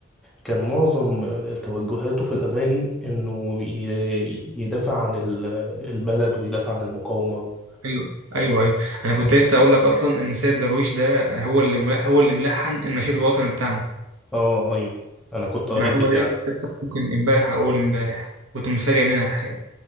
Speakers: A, in the centre; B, on the right.
A: كان معظم توجهاته في الاغاني انه ي- يدافع عن ال- البلد ويدافع عن المقاومة
B: ايوه ايوه ايوه انا كنت لسه اقول لك اصلا ان سيد درويش ده هو اللي مل- هو اللي ملحن النشيد الوطني بتاعنا
A: اه ايوه انا كنت قريت
B: المعلومه
A: دي فعلا
B: دي لسه لسه ممكن امبارح او اول امبارح كنت متفاجئ منها الحقيقه